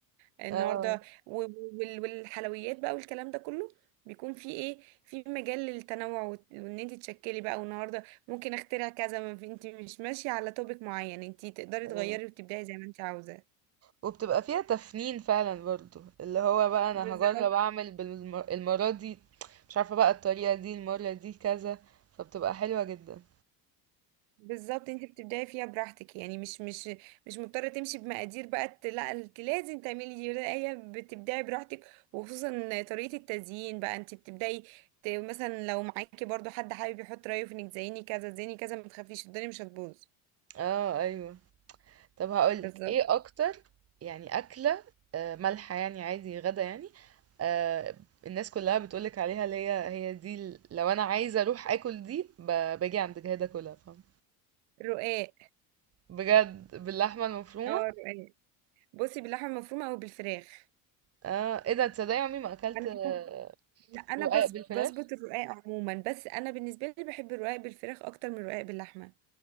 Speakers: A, on the right; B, on the right.
A: النهارده
B: اه
A: و- و- وال- والحلويات بقى والكلام ده كله بيكون في ايه في مجال للتنوع وت- وان انت تشكلي بقى والنهارده ممكن اخترع كذا ما في انت مش ماشيه على توبيك معين انت تقدري
B: اه
A: تغيري وتبدعي زي ما انت عاوزه
B: وبتبقى فيها تفنين فعلا برضو اللي هو بقى انا
A: بالظبط
B: هجرب اعمل بالمرة دي مش عارفة بقى الطريقة دي المرة دي كذا فبتبقى حلوة جدا
A: بالظبط انت بتبدعي فيها براحتك يعني مش مش مش مضطره تمشي بمقادير بقى ت- لا انت لازم تعملي دي لا، هي بتبدعي براحتك وخصوصا طريقه التزيين بقى انت بتبدعي ت- مثلا لو معاكي برضو حد حابب يحط رايه في انك زيني كذا زيني كذا ما تخافيش الدنيا مش هتبوظ
B: اه ايوه طب هقولك
A: بالظبط
B: ايه اكتر يعني اكلة آه، مالحة يعني عادي غدا يعني آه، الناس كلها بتقولك عليها اللي هي هي دي ال- لو انا عايزة اروح اكل دي ب- باجي عند جهادة كلها فاهم
A: رقاق
B: بجد باللحمة المفرومة
A: اه رقاق بصي باللحمه المفرومه او بالفراخ
B: اه ايه ده تصدقي عمري ما اكلت
A: انا
B: آه،
A: لا انا
B: رقاق
A: بس
B: بالفراخ
A: بظبط الرقاق عموما بس انا بالنسبه لي بحب الرقاق بالفراخ اكتر من الرقاق باللحمه